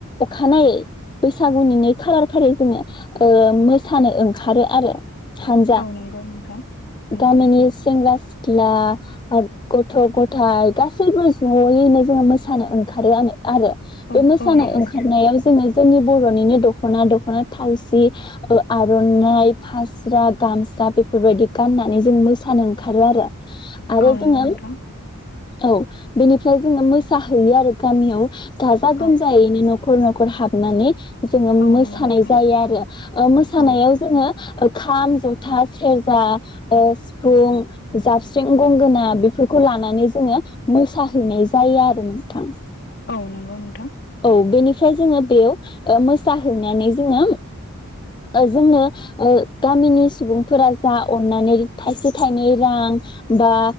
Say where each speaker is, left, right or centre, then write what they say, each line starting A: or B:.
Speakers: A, on the left; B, on the left.
A: अखानायै बैसागुनि नै खालार खालि जोङो ओ मोसानो ओंखारो आरो। हानजा
B: औ नंगौ नोंथां नंगौ
A: गामिनि सेंग्रा‌ सि सिथ्ला‌ ओ गथ' गथायाइ गासैबो जयैनो जोङो मोसानो ओंखारोआनो आरो।
B: औ
A: बे मोसानो
B: औ नंगौ
A: ओंखारनायाव
B: नोंथां
A: जोङो जोंनि बर'निनो दखना दखना थावसि ओ आरनाइ फास्रा गामसा बेफोरबायदि गाननानै जों मोसानो ओंखारो आरो। आरो
B: औ नोंगौ
A: जोङो
B: नोंथां।
A: औ बेनिफ्राय जोङो मोसाहैयो आरो गामियाव गा <unintelligible>
B: औ
A: न'खर न'खर हाबनानै जोङो
B: औ
A: मोसानाय
B: नंगौ नोंथां
A: जायो आरो ओ मोसानायाव
B: औ
A: जोङो ओ खाम, जथा, सेरजा ओ सिफुं, जाबस्रिं, गंगोना बेफोरखौ लानानै जोङो मोसाहैनाय जायो आरो नोंथां।
B: औ नोंगौ नों
A: औ बेनिफ्राय जोङो बेयाव ओ मोसाहैनानै जोङो ओ जोंनो ओ गामिनि सुबुंफोरा जा अन्नानै थाइसे थाइनै रां बा